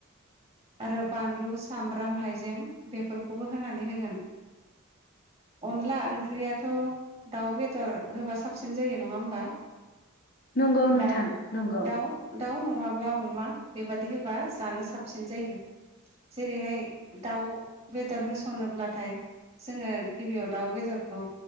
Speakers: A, on the right (about 30°); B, on the left (about 45°).
A: आरो बानलु सामब्राम हाइजें बेफोरखौबो होनानै होगोन ।अनला ओंख्रियाथ दाउ बेदर होबा साबसिन जायो नङा होमबा?
B: नंगौ नोंथां
A: दाउ
B: नंगौ।
A: दाउ दाउ नङाब्ला अमा बेबादि होबा जानो साबसिन। जायो जेरैहाय दाउ बेदर होसनोब्लाथाय जोङो गिबियाव दाउ बेदरखौ